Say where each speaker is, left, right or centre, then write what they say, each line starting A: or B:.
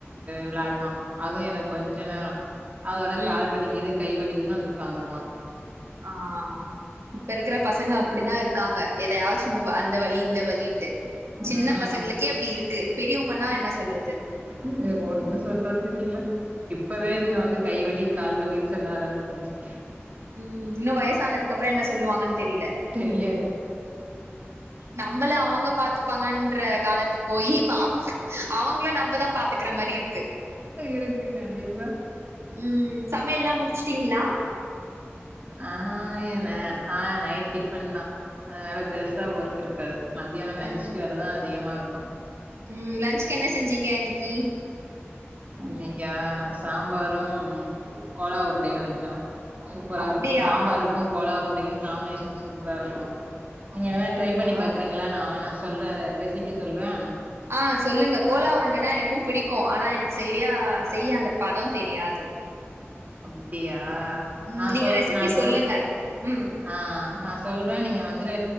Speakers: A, on the right; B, on the right.
A: விளாடுவா அதுவு என்ன கொஞ்ச நேரோ அதோட கால்
B: ம்
A: வலிகிது கை வலிகிதுன்னு வந்து உக்காந்துருவா
B: ஆ அ இப்ப இருக்குற பசங்க அப்டிதா இருக்காங்க எதையாவது சுன்னுவ அந்த வழி இந்த வழின்ட்டு சின்ன
A: ம்
B: பசங்களுக்கே அப்டி இருக்கு பெரியவுங்கன்னா என்ன சொல்றது
A: <unintelligible> ஒன்னுமே சொல்றதுக்கு இல்ல இப் பவே இதுங்க வந்து கைவலி கால்வலின்னு சொல்ல ஆரம்பிச்சிருச்சு
B: ம் இன்னு வயசானதுக்கு அப்புறோ என்ன சொல்லுவாங்கன்னு தெரியல
A: தெரியாது
B: நம்மள அவுங்க பாத்துப்பாங்கன்ற காலத் போய் இப்ப அவுங்க அவுங்கள நம்மதா பாத்துக்க க்கிற மாரி இருக்கு
A: இருக்கு கண்டிப்பா
B: ம் சமையல்லா முடிச்சுட்டீங்களா
A: ஆ இல்ல அ நைட் டிஃபன் தா அதனால பெருசா ஒர்க் இருக்காது மத்தியான லன்ச்கு
B: ம்
A: வேலதா அதிகமா இருக்கு
B: ம் லன்ச்க்கு என்ன செஞ்சீங்க இன்னைக்கு
A: இன்னைக்கா சாம்பாரு கோலா உருண்டையு வச்சோ சூப்பரா
B: அப்டியா
A: இருக்கு சாம்பாருக்கு கோலா உருண்டையு காம்பினேஷன் சூப்பரா இருக்கு நீங்க
B: அப்டிங்களா
A: வேணா ட்ரை பண்ணி பாக்குறீங்களா நா வேணா சொல்ற ரெசிபி சொல்றே
B: ஆ சொல்லுங்க கோலா உருண்டன்னா எனக்கும் புடிக்கு ஆனா எனக்கு சரியா செய்ய அந்த பத தெரியாது
A: இப்பயா
B: ம்
A: ஆ
B: நீங்க
A: சொ
B: ரெசிபி
A: நா சொ
B: சொல்லுங்க ம்
A: ஆ நா சொல்றே நீங்க வந்து